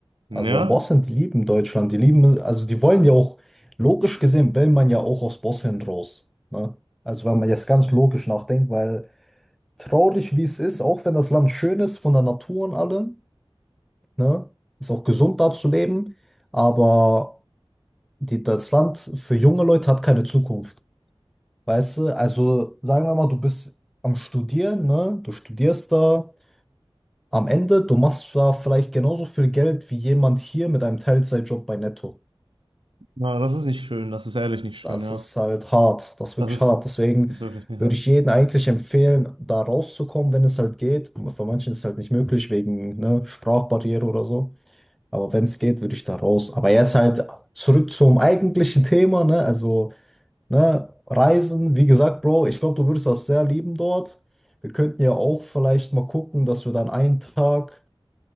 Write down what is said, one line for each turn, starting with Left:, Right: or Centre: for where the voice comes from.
Right: ja,
Centre: Also Bosnien, die lieben Deutschland. Die lieben, also die wollen ja auch, logisch gesehen, will man ja auch aus Bosnien raus. Ne? Also wenn man jetzt ganz logisch nachdenkt, weil traurig, wie es ist, auch wenn das Land schön ist von der Natur und allem, ne? Ist auch gesund da zu leben, aber die, das Land für junge Leute hat keine Zukunft. Weißt du, also sagen wir mal, du bist am Studieren, ne? Du studierst da. Am Ende, du machst da vielleicht genauso viel Geld wie jemand hier mit einem Teilzeitjob bei Netto.
Right: na, das ist nicht schön, das ist ehrlich nicht schön,
Centre: Das
Right: ja.
Centre: ist halt hart, das ist
Right: Das
Centre: wirklich
Right: ist,
Centre: hart. Deswegen
Right: das ist wirklich nicht
Centre: würde
Right: halt.
Centre: ich jedem eigentlich empfehlen, da rauszukommen, wenn es halt geht. Für manchen ist es halt nicht möglich, wegen, ne, Sprachbarriere oder so. Aber wenn es geht, würde ich da raus. Aber jetzt halt zurück zum eigentlichen Thema, ne? Also, ne, Reisen, wie gesagt, Bro, ich glaube, du würdest das sehr lieben dort. Wir könnten ja auch vielleicht mal gucken, dass wir dann einen Tag